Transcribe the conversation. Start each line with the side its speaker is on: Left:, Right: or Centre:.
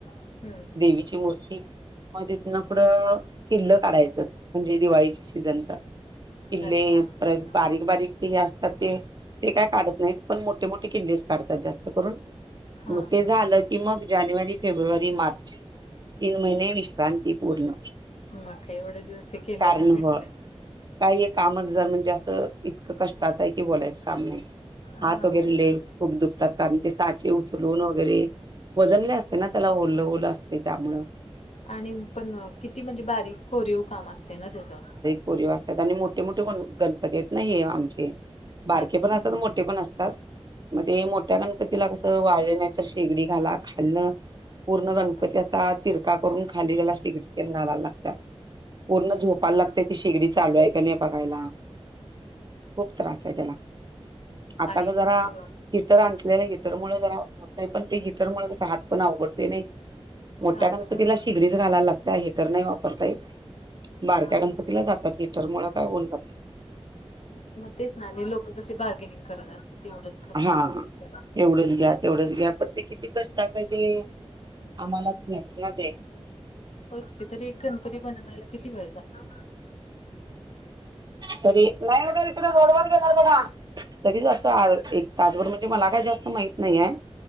Left: हम्म हम्म
Right: देवीची मूर्ती. मग तिथनं पुढं किल्लं काढायचं म्हणजे दिवाळीच्या सीजनचा.
Left: हम्म
Right: किल्ले
Left: अच्छा हा
Right: परत बारीक बारीक ते असतात ते, ते काय काढत नाही. पण मोठे मोठे किल्लेस काढतात जास्त करून. मग
Left: हा.
Right: ते
Left: हा.
Right: झालं की मग, जानेवारी, फेब्रुवारी, मार्च तीन महिने विश्रांती पूर्ण.
Left: म का एवढे दिवस ते केलेला
Right: कारण
Left: म्हटलं.
Right: हो काही काम जर म्हणजे असं इतकं कष्टाचं आहे की, बोलायचं काम नाही. हात
Left: हा
Right: वगैरेले
Left: ओके.
Right: खूप दुखतात. कारण ते साचे उचलून वगैरे वजन लय असतं ना, त्याला ओल ओल असतंय त्यामुळ.
Left: आणि पण किती म्हणजे बारीक कोरीव काम असते ना त्याचं.
Right: कोरीव असतात. आणि मोठे मोठे पण गणपती आहेत ना हे आमचे. बारके
Left: अच्छा
Right: पण असतात. मोठे पण असतात. मग ते मोठ्या गणपतीला कसं वाळले नाही तर, शेगडी घाला खालन पूर्ण गणपती
Left: बापरे
Right: अस असा तिरका करून खाली तेला शेगडी घालाय लागता. पूर्ण
Left: हम्म
Right: झोपाय लागतय ती शेगडी चालू आहे का नाही बघायला. खूप त्रास आहे त्याला, आता
Left: आणि
Right: त जरा
Left: लोक
Right: हिटर <unintelligible> हिटर मुळ जरा होतंय. पण ते गिटरमुळं कसा हात पण अवघड तोय नाही. मोठ्या
Left: हा
Right: गणपतीला
Left: ओके.
Right: शिगडीच घालाला लागता. हिटर नाही वापरता येत. बारक्या
Left: हा मग
Right: गणपतीला जातात. हिटर मुळं काय होऊन जात.
Left: मग तेच ना, आणि लोक कसे बार्गेनिंग करत असते तेवढंच करा
Right: हा,
Left: तेवढंच करा.
Right: एवढंच घ्या तेवढंच घ्या, पण ते किती कष्ट कास आहे ते, आम्हालाच माहित ना ते.
Left: होयस की तरी, एक गणपती बनवायला किती वेळ जातो.
Right: तरी नाही <unintelligible> रोडवर गेला होता का? तरीच असं, एक तासभर म्हणजे मला काही जास्त माहित नाही आहे.